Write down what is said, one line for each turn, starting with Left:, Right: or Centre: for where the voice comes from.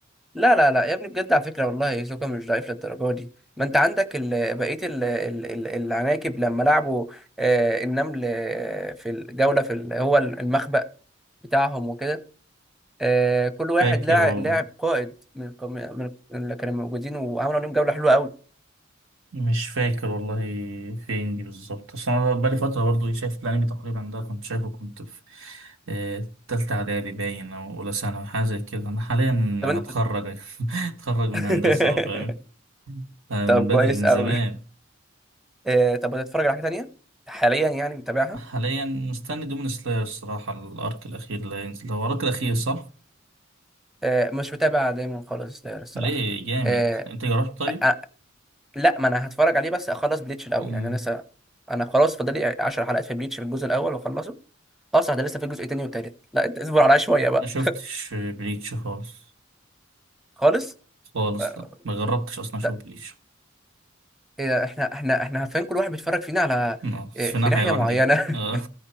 Centre: لا لا لا يا ابني بجد على فكره والله هيسوكا مش ضعيف للدرجه دي ما انت عندك ال... بقيه ال... ال... ال... العناكب لما لعبوا آه النمل آه، في الجوله في ال... هو المخبأ بتاعهم وكده آه كل واحد
Right: فاكر
Centre: لع-
Right: والله
Centre: لعب قائد من القم- من من اللي كانوا موجودين وعملوا عليهم جوله حلوه قوي
Right: مش فاكر والله فين دي بالظبط اصل انا بقالي فتره برضو شايف الانمي تقريبا ده كنت شايفه كنت في آه، تالتة اعدادي باين او اولى ثانوي حاجه زي كده انا حاليا
Centre: طب
Right: هتخرج
Centre: انت
Right: <laughs> هتخرج من
Centre: <laughs>
Right: هندسه أهو، فاهم آه،
Centre: طب
Right: من
Centre: كويس
Right: بدري من
Centre: قوي
Right: زمان
Centre: آه طب بتتفرج على حاجه تانية حاليا يعني متابعها
Right: حاليا مستني دومين سلاير الصراحه الارك الاخير اللي هينزل هو الارك الاخير صح
Centre: آه مش متابع دايما خالص ده الصراحه
Right: ليه جامد
Centre: آه
Right: انت جربت طيب
Centre: آه، لا ما انا هتفرج عليه بس اخلص بليتش الاول
Right: مم.
Centre: يعني انا لسه انا خلاص فاضل لي 10 حلقات في بليتش في الجزء الاول واخلصه اه صح ده لسه في الجزء التاني والتالت لا انت اصبر عليا شويه بقى
Right: ما شفتش بليتش خالص
Centre: خالص
Right: خالص
Centre: آه،
Right: لا ما جربتش اصلا اشوف
Centre: ت-
Right: بليتش
Centre: إيه ده، احنا احنا احنا عارفين كل واحد بيتفرج فينا على
Right: آه، في
Centre: إيه، في
Right: ناحية
Centre: ناحيه
Right: لوحدي
Centre: معينه
Right: آه.
Centre: <laughs>